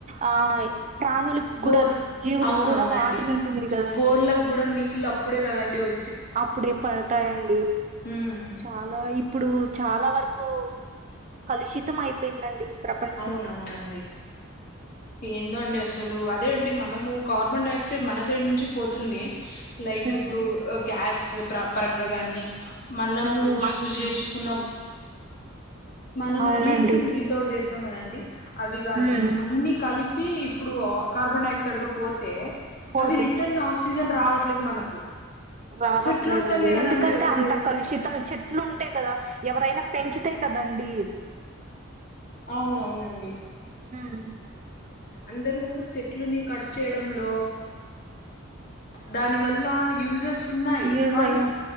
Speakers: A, on the right (about 35°); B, on the left (about 45°).
A: ఆ ప్రాణులకు
B: బోర్
A: కూడా జీవులకు
B: అవునవునండి
A: కూడా వాటర్ ఉంటుంది కదండి
B: బోర్లల్గూడా నీళ్ళు అప్పుడే కదండి వ
A: అప్పుడే పడతాయండి
B: ఉమ్
A: చాలా ఇప్పుడు చాలా వరకు కలుషితం అయిపోయిందండి. ప్రపంచం
B: అవునవునండి ఏందో అండి అసలు అదే అండి మనము కార్బన్ డైఆక్సైడ్ మన ైడ్ నుంచి పోతుంది లైక్
A: హ్మ్
B: ఇప్పుడు గ్యాస్ ప్ర పరంగా గాని మనము
A: హ్మ్
B: యూజ్ చేసుకున్న మనము
A: అవునండి
B: బ్రీతింగ్ దీని తోటి చేస్త ఏమోనండి అవి కాగాని
A: హ్మ్
B: అన్ని కలిపి ఇప్పుడు కార్బన్ డై ఆక్సైడ్ పోతే
A: పోతే
B: అవి రిటర్న్ ఆక్సిజన్ రావట్లేదు మనకు
A: రావట్లేదండి
B: చెట్లు ఉంటేనే కదండి
A: ఎందుకంటే
B: వచ్చేది
A: అంత కలుషితం చెట్లు ఉంటాయి కదా ఎవరైనా పెంచితేా కదా కదండీ
B: అవునవునండి.
A: హమ్
B: అందరూ చెట్లుని కట్ చేయడంలో దాని వల్ల యూసెస్ ఉన్నాయి
A: యూస్
B: కానీ
A: అయ్యే